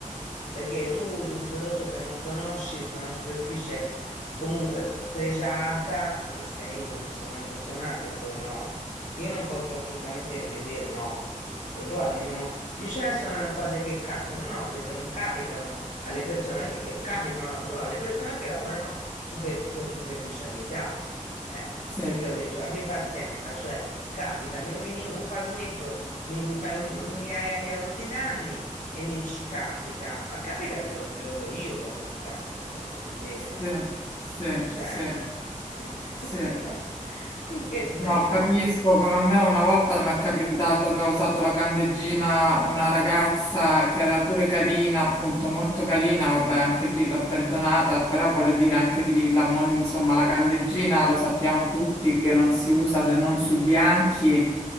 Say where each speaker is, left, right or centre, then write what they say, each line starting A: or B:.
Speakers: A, on the left; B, on the left.
A: perché tu usi un prodotto che non conosci su una superficie comunque pregiata e sei, un- sei una persona proprio no, che io non posso assolutamente rivedere, no. E tu guarda, non, dici, "Eh, sono cose che capitano. No, ho detto non capitano alle persone, che, eh, capitano solo alle persone che lavorano super- con superficialità. Eh,
B: Sì,
A: perché ho detto abbi pazienza, cioè capita, mi rovini un pavimento, mi, mi fai un, un migliaia di euro di danni e mi dici capita, ma capita te lo, te lo do io cosa ti capita, te lo faccio vedere.
B: sì, sì,
A: Cioè,
B: sì,
A: <laughs>
B: sì.
A: in che senso?
B: No, capisco come a me una volta mi è capitato che ha usato la candeggina una ragazza che era pure carina, appunto molto carina, vabbè anche lì l'ho perdonata, però voglio dire anche lì, la, mon- insomma la candeggina lo sappiamo tutti che non si usa se non sui bianchi,